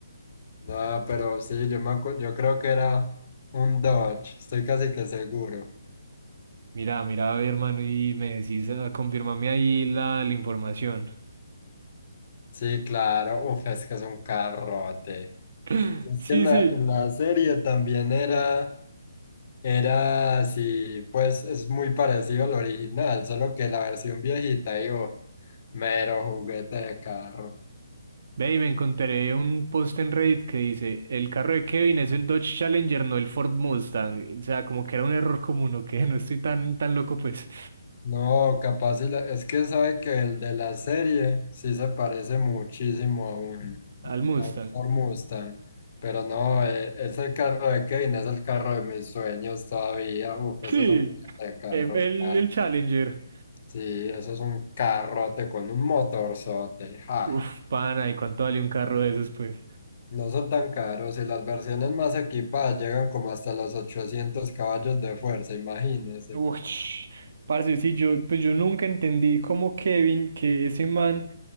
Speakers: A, on the left (about 45°); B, on the right (about 55°).
A: Ah, pero sí, yo me acu- yo creo que era un Dodge, estoy casi que seguro.
B: Mira, mira, a ver, hermano, y me decís, ah, confírmame ahí la, la información. <clears throat>
A: Sí, claro, uf, es que es un carrote.
B: <laughs>
A: Es que en la,
B: Sí, sí.
A: en la serie también era. Era así, pues es muy parecido al original, solo que la versión viejita, digo, mero juguete de carro.
B: Ve, y me encontré un post en Reddit que dice, el carro de Kevin es el Dodge Challenger, no el Ford Mustang. O sea, como que era un error común, o que <laughs> no estoy tan, tan loco, pues,
A: No, capaz, y la- es que sabe que el de la serie sí se parece muchísimo a un,
B: al Mustang.
A: a un Ford Mustang, pero no, eh, ese carro de Kevin es el carro de mis sueños todavía, uf, eso
B: Sí,
A: es un juguete de carro,
B: eh, el,
A: claro.
B: el Challenger.
A: Sí, eso es un carrote con un motorzote, ja.
B: Uf, pana, ¿y cuánto vale un carro de esos, pues?
A: No son tan caros y las versiones más equipadas llegan como hasta los 800 caballos de fuerza, imagínese.
B: Uy, parce, sí, yo, pues yo nunca entendí cómo Kevin, que ese man,